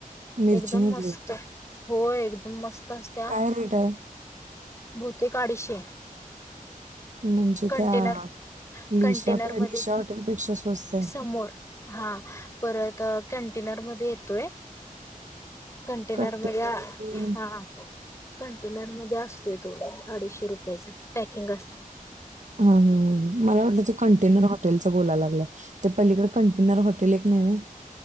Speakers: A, on the right; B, on the left.
A: मिरचीमधली?
B: एकदम मस्त! होय, एकदम मस्त- असत्या
A: काय रेट आहे?
B: बहुतेक अडीचशे -
A: म्हणजे
B: कंटेनर
A: त्या लिशा
B: कंटेनर मधे
A: लिशा
B: -समोर
A: हॉटेलपेक्षा स्वस्त आहे.
B: हा- परत कंटेनर मध्ये येतोय- कंटेनर
A: कंटेनरमध्ये
B: मला हा- कंटेनर मध्ये असतोय थोडा अडीचशे रुपयाचा. पॅकिंग असते
A: हा ह मला वाटल तो कंटेनर <unintelligible> हॉटेलच बोलाय लागलंय ते पलीकडडे कंटेनर हॉटेलये की नाही?